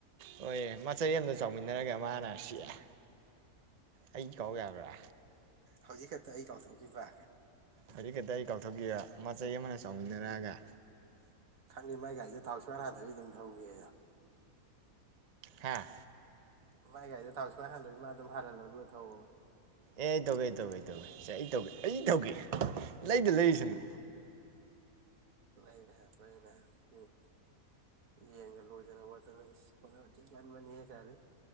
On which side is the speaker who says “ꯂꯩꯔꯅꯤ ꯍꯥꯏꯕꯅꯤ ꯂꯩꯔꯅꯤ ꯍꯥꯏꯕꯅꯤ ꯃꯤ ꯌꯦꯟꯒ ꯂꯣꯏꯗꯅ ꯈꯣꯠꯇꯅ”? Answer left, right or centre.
Right